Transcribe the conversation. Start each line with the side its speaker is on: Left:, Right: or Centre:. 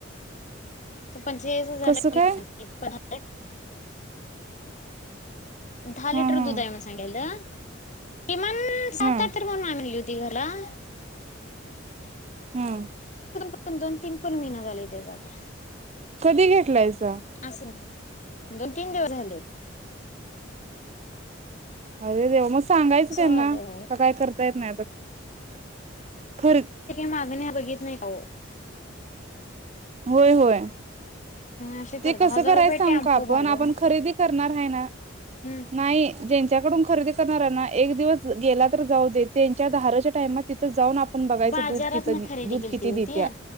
Left: पंचेचाळीस हजार
Right: कसं काय
Left: <unintelligible> दहा लिटर
Right: हा हा
Left: दूध आहे म्हण सांगायला. किमान सात
Right: हा
Left: आठ र कोण वला <unintelligible>
Right: हम
Left: पण दोन तीन पण महिन झाले ते जाता
Right: कधी घेतलायस
Left: असल दोन तीन दिवस झाले
Right: अरेे ममस् सांगायचं
Left: असं
Right: त्यांना
Left: व्हायलंय अहो.
Right: का काय करत येत नाही आता खर
Left: मागणी बघित नाही का हो
Right: होय होय
Left: असे करता.
Right: ते कस
Left: हजार
Right: करायचग
Left: रुपये टेम्पो
Right: आपण
Left: भाडं.
Right: आपण खरेदी करणार आहे ना
Left: हम्म
Right: नाही ज्यांच्या खरेदी करणार एक दिवस गेला तर जाऊ दे त्यांच्या दाराच्या टामात तिथं जाऊन आपण बघायच
Left: बाजारातन
Right: दूध कि दूध
Left: खरेदी केलती
Right: किती
Left: ओ
Right: देत्या
Left: ती.